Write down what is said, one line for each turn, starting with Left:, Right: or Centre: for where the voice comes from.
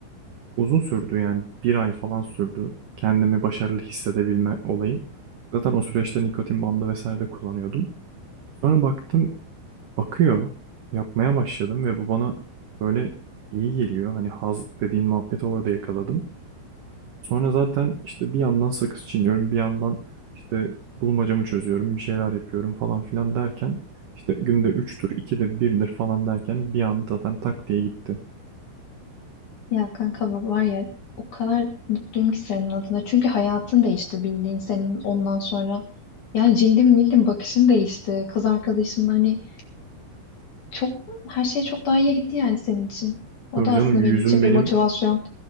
Right: Uzun sürdü yani bir ay falan sürdü kendimi başarılı hissedebilme olayım. Zaten o süreçte nikotin bandı vesaire de kullanıyordum. Sonra baktım akıyor, yapmaya başladım ve bu bana böyle iyi geliyor. Hani haz dediğin muhabbeti orada yakaladım. Sonra zaten işte bir yandan sakız çiğniyorum, bir yandan işte bulmacamı çözüyorum, bir şeyler yapıyorum falan filan derken işte günde 3'tür, 2'dir, birdir falan derken bir anda zaten tak diye gitti.
Left: Ya kanka var ya o kadar mutluyum ki senin adına. Çünkü hayatın değişti bildiğin senin ondan sonra. Yani cildin bildim bakışın değişti. Kız arkadaşın hani çok her şey çok daha iyiye gitti yani senin için. O
Right: Tabii
Left: da
Right: canım
Left: aslında
Right: yüzüm
Left: benim için bir
Right: benim
Left: motivasyon.